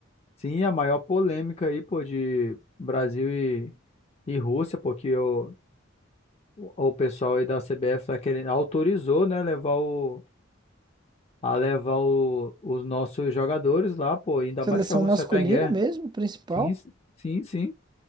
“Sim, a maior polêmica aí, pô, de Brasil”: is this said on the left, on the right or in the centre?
Left